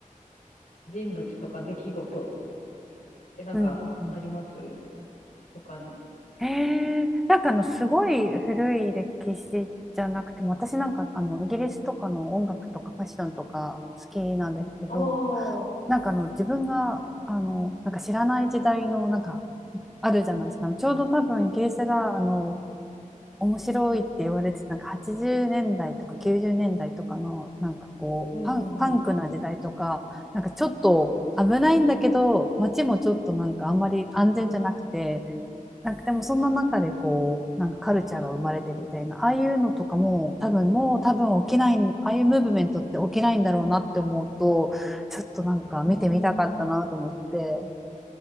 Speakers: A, on the left; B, in the centre.
A: 人物とか出来事ってなんかあります
B: うんうんうん
A: 他に。
B: えー、なんかあのすごい古い歴史じゃなくても私なんかあのイギリスとかの音楽とかファッションとか好きなんですけど
A: ああ、う
B: なんかあの自分があのなんか知らない時代のなんかあるじゃないですかあのちょうど多分イギリスがあの面白いって言われてたなんか80年代とか90年代とかのなんかこうパン、
A: んうんうん。
B: パンクな時代とかなんかちょっと危ないんだけど街もちょっとなんかあんまり安全じゃなくて。なんかでもそんな中でこうなんかカルチャーが生まれてみたいなああいうのとかも多分もう多分起きないああいうムーブメントって起きないんだろうなって思うとちょっとなんか見てみたかったなと思って
A: うん